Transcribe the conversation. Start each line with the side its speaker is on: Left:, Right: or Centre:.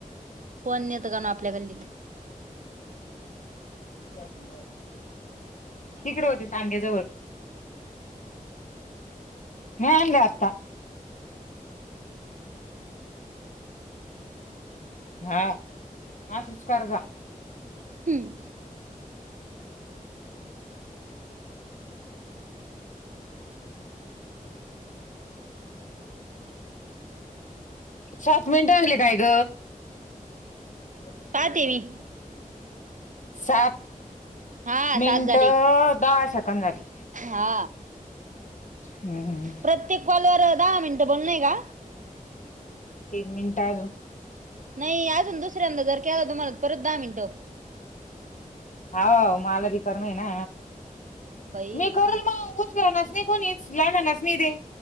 Right: कोण नेत का नाही आपल्या गल्लीत
Left: बरं बरं तिकडे होते तांग्याजवळ
Right: <inaudible>
Left: नाय आणलं आता हा हा सुचकार जा.
Right: हम्म
Left: सात मिनिट आणले काय ग. अ मी करायला
Right: पाहते मी
Left: सात
Right: हा
Left: मिनट
Right: सात झाले
Left: दहा सेंकड झाली.
Right: हा
Left: हम्म.
Right: प्रत्येक कॉलवर दहा मिनटं बोल नाही का
Left: तीन मिनिटं अजून
Right: नाही अजून दुसऱ्यांदा जर केला तुम्हाल तर परत दहा मिनटं
Left: होव मला बी करमेना.
Right: बाई
Left: मी करून मगा उचलनास तू. नाही कोणी <unintelligible>